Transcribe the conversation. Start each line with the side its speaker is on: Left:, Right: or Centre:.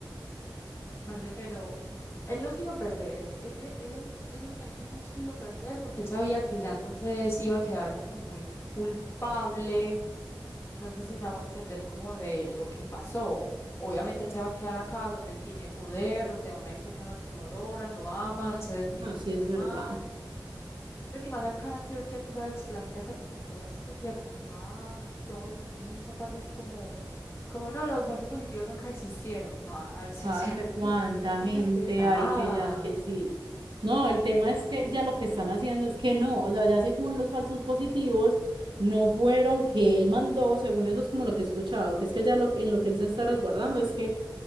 Left: Parce, pero él los iba a perder. Ese, ese, ese marica los iba a perder porque él sabía que ya entonces iba a quedar como muy culpable. No sé si me hago entender como de lo que pasó. Obviamente él se va a quedar acá donde tiene poder, donde aún hay personas que lo adoran, lo aman, se desvían
Right: No, sí
Left: por ese
Right: es verdad.
Left: man. Pues y más acá en Antioquia, tú sabes que la gente acá es como toda estúpida, como toda, toda uribista, parce, es como, como no, los falsos positivos nunca existieron, parce,
Right: Parce,
Left: <laughs> haceme el
Right: cuánta
Left: favor,
Right: gente
Left: respetá.
Right: hay que ya que sí. No, el tema es que ya lo que están haciendo es que no, o sea, ya según los falsos positivos, no fueron que él mandó, según eso es como lo que he escuchado, que es que ya lo que en lo que él se está resguardando es que,